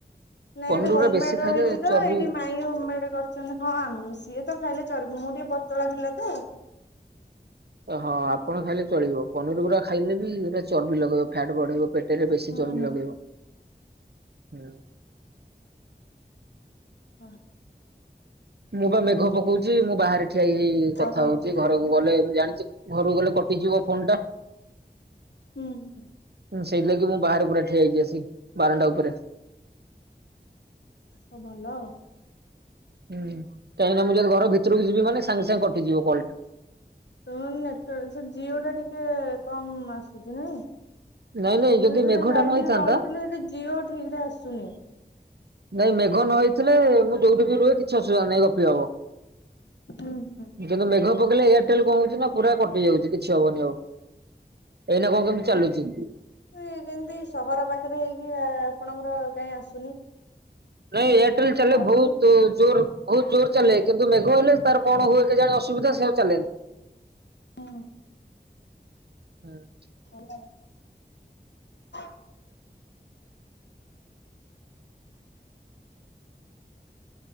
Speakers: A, on the left; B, on the right.
A: ନାଇଁ
B: ପନିର
A: ଏଟା ହୋମେଡ
B: ଗୁରା ବେଶୀ ଖାଇଲେ
A: ରହିଛି ତ
B: ଚର୍ବି
A: ଏଇଠି ମାଇଁ ହୋମମେଡ କରି ହଁ ଉଁ ସିଏ ତ ଖାଇଲେ ଚର୍ବି ମୁଁ ଟିକେ ପତଳା ପିଲା ତ।
B: ହଁ ଆପଣ ଖାଇଲେ ଚଳିବ ପନିର ଗୁରା ଖାଇଲେ ବି ସେଇଟା ଚର୍ବି ଲଗେଇବ ଫ୍ୟାଟ୍ ବଢେଇବ ପେଟ ଟିରେ ବେଶୀ
A: ହୁଁ
B: ଚର୍ବି
A: ହୁଁ
B: ଲଗେଇବ ହୁଁ।
A: ଓହୋ।
B: ମୁଁ ବା ମେଘ ପକଉଛି, ମୁଁ ବାହାରେ ଠିଆ ହେଇ ହେଇ କଥା
A: ଆଉ କଣ
B: ହଉଛି ଘରକୁ ଗଲେ ମୁଁ ଜାଣିଛି, ଘରକୁ ଗଲେ କଟିଯିବ ଫୋନ ଟା।
A: ହୁଁ ହୁଁ।
B: ହୁ ସେଇଥିଲାଗି, ମୁଁ ବାହାରେ ପୁରା ଠିଆ ହେଇଛି ଆସି ବାରଣ୍ଡା ଉପରେ।
A: ସ ଭଲ।
B: ହୁଁ କାହିଁକି ନା, ମୁଁ ଯଦି ଘର ଭିତରକୁ ଯିବି ମାନେ ସାଙ୍ଗେ ସାଙ୍ଗେ କଟିଯିବ କଲ୍ ଟା।
A: ତମ ର ନେଟୱର୍କ ସେ, ଜିଓ ଟା ଟିକେ କମ ଆସୁଛି ନାଇଁ।
B: ନାଇଁ ନାଇଁ
A: ମୁଁ
B: ଯଦି
A: ଯେବେ
B: ମେଘଟା
A: ଯାଇଥିଲି
B: ନ ହେଇଥାନ୍ତା
A: ରହିଥିଲି ସେଟି ଜି ଓ ଠିକ ରେ ଆସୁନି।
B: ନାଇଁ ମେଘ ନ ହେଇଥିଲେ, ମୁଁ ଯୋଉଠି ବି ରୁହେ କିଛି ଅସୁବିଧା ନାହିଁ ଗପି ହବ।
A: ହୁଁ ହୁଁ
B: କିନ୍ତୁ ମେଘ ପକେଇଲେ, ଏୟାରଟେଲ କଣ ହଉଛି ନା ପୁରା କଟି ଯାଉଛି କିଛି ହବନି ଆଉ, ଏଇନା କଣ କେମିତି ଚାଲୁଚି।
A: ସେ କେମିତି ସହର ପାଖରେ ହେଇକି ଆ ଆପଣଙ୍କର କାଇ ଆସ
B: ନାଇଁ ଏୟାରଟେଲ ଚାଲେ
A: ଆପଣ
B: ବହୁତ ଜୋର ବହୁତ ଜୋର ଚାଲେ। କିନ୍ତୁ ମେଘ ହେଲେ ତାର କଣ ହୁଏ କେଜାଣି ଅସୁବିଧା ସେ ଆଉ ଚାଲେନି।
A: ହଁ।
B: ହୁଁ।
A: ହଁ। ହଁ।